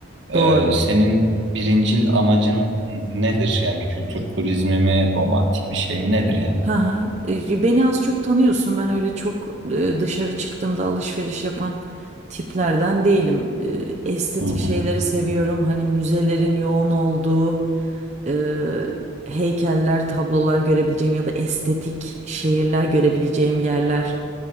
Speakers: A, on the right; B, on the right.
A: Ee,
B: Doğru.
A: senin birincil amacın n- nedir? Yani bir kültür turizmi mi, romantik bir şey mi nedir yani?
B: Ha, ha. E, Beni az çok tanıyorsun. Ben öyle çok e, dışarı çıktığımda alışveriş yapan tiplerden değilim. E, Estetik
A: Hı hı.
B: şeyleri seviyorum. Hani müzelerin yoğun olduğu e, heykeller, tablolar görebileceğim ya da estetik şehirler görebileceğim yerler